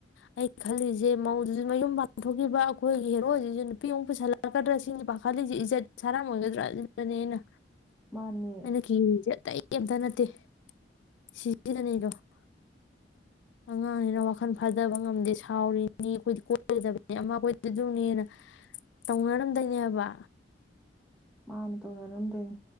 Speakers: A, on the left; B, in the centre.
A: ꯑꯩ ꯈꯜꯂꯤꯁꯦ ꯃꯧꯗꯨꯁꯨ ꯃꯌꯨꯝ ꯄꯥꯡꯊꯣꯛꯈꯤꯕ ꯑꯩꯈꯣꯏꯒꯤ ꯍꯦꯔꯣꯖꯤꯁꯤꯁꯨ ꯅꯨꯄꯤꯃꯨꯛ ꯄꯨꯁꯜꯂꯛꯀꯗ꯭ꯔꯥ ꯁꯤꯁꯤꯅꯤ ꯄꯥꯈꯠꯂꯤꯁꯦ ꯏꯖꯠ ꯁꯥꯔꯥꯃꯒꯗ꯭ꯔꯥ ꯑꯗꯨꯗꯅꯦꯅ
B: ꯃꯥꯅꯦ
A: ꯑꯩꯅ ꯀꯤꯔꯤꯁꯤ ꯑꯇꯩ ꯀꯦꯝꯇ ꯅꯠꯇꯦ ꯇꯦ <unintelligible> ꯑꯉꯥꯡꯅꯤꯅ ꯋꯥꯈꯜ ꯐꯥꯗꯕ ꯉꯝꯗꯦ ꯁꯥꯎꯔꯤꯅꯤ ꯑꯩꯈꯣꯏꯗꯤ ꯀꯣꯏꯒꯗꯕꯅꯤ ꯑꯃ ꯑꯩꯈꯣꯏꯗꯨꯅꯦꯅ ꯇꯧꯅꯔꯝꯗꯣꯏꯅꯦꯕ
B: ꯃꯥꯟꯅꯦ ꯇꯧꯅꯔꯝꯗꯣꯏꯅꯤ